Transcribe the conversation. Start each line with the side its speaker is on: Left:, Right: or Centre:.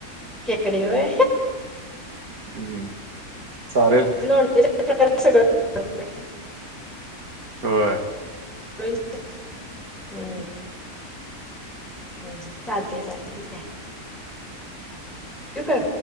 Centre: केकडे वय
Right: हम्म सचालेेल
Centre: <unintelligible>
Right: अवा
Centre: हम्म हम् चालते चाार तरी काय त का